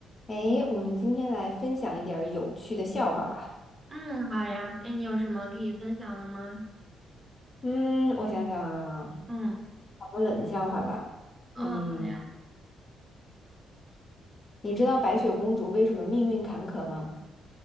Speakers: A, on the left; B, on the right.
A: 哎，我们今天来分享一点儿有趣的笑话吧。
B: 嗯，好呀。哎，你有什么可以分享的吗？
A: 嗯，我想想啊，
B: 嗯，
A: 讲个冷笑话吧。
B: 哦，
A: 嗯，
B: 好呀。
A: 你知道白雪公主为什么命运坎坷吗？